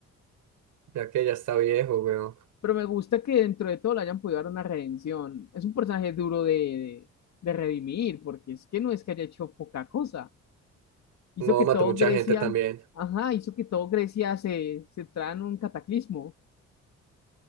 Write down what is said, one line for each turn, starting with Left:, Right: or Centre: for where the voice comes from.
Right: ya que ya está viejo, weón.
Left: Pero me gusta que dentro de todo le hayan podido dar una redención. Es un personaje duro de, de, de redimir, porque es que no es que haya hecho poca cosa. Hizo
Right: No,
Left: que
Right: mató
Left: todo
Right: mucha
Left: Grecia,
Right: gente también,
Left: ajá, hizo que todo Grecia se, se entrara en un cataclismo.